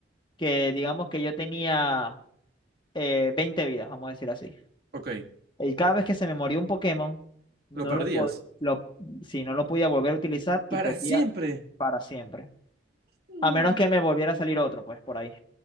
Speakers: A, on the left (about 25°); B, on the right (about 55°).
A: que digamos que yo tenía eh, 20 vidas, vamos a decir así.
B: Ok.
A: Y cada vez que se me moría un Pokémon, no
B: Lo perdías.
A: lo, po- lo, sí, no lo podía volver a utilizar y
B: Para
A: perdía
B: siempre.
A: para siempre.
B: Mm.
A: A menos que me volviera a salir otro, pues, por ahí.